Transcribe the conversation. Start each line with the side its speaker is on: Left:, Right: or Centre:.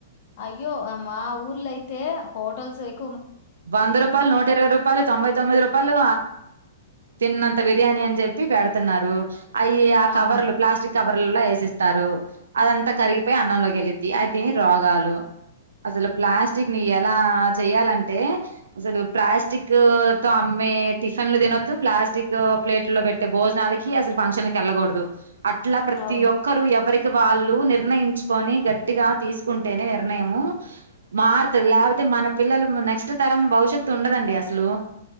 Left: అయ్యో మా ఊర్లో అయితే హోటల్స్ ఎక్
Right: వంద రూపాయలు నోట ఇరవై రూపాయలు తొంభై తొమ్మిది రూపాయలు తిన్నంత బిర్యానీ అని చెప్పి పెడుతున్నారు అయి ఆ కవర్లు
Left: అవును
Right: ప్లాస్టిక్ కవర్ లా వేసిస్తారు అదంతా కరిగిపోయి అన్నలోకి వెలిద్ది అ రోగాలు అసలు ప్లాస్టిక్ ని ఎలా చేయాలం టే అసలు ప్లాస్టిక్ తో అమ్మే టిఫిన్లు తినొద్దు ప్లాస్టిక్ ప్లేట్ లో పెట్టే భోజనాలకి అసలు. ఫంక్షన్ లకి అసలు ఎళ్లకూడదు, అట్లా ప్రతి
Left: అవును
Right: ఒక్కరు ఎవరికి, వాళ్ళు నిర్ణయించుకొని గట్టిగా తీసుకుంటేనే నిర్ణయము, మారుతది లేకపోతే మన, పిల్లలు నెక్ట్ నెక్స్ట్ తరం భవిష్యత్తు ఉండదండి అసలు,